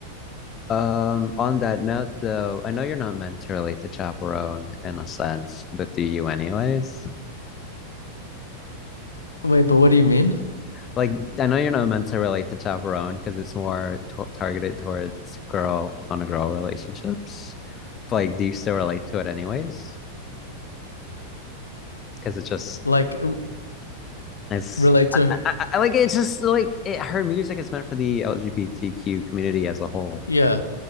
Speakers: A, on the left; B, on the left.
A: Um, on that note, though, I know you're not meant to relate to Chaperone in a sense, but do you anyways?
B: wait, but what do you mean?
A: Like, I know you're not meant to relate to Chaperone because it's more to targeted towards girl on a girl relationships. But, like, do you still relate to it anyways? Because it just
B: Like
A: it's
B: relate to
A: I, I, I- like it's just like it, her music is meant for the LGBTQ community as a whole.
B: yeah.